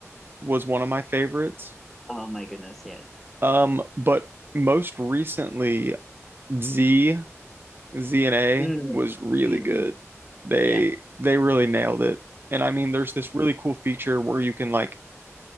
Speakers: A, on the right; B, in the centre.
A: was one of my favorites.
B: Oh my goodness, yes.
A: Um, but most recently, Z Z and A
B: Mm.
A: was really
B: Mm,
A: good.
B: mm.
A: They
B: Yeah.
A: they really nailed it. And I mean, there's this really cool feature where you can like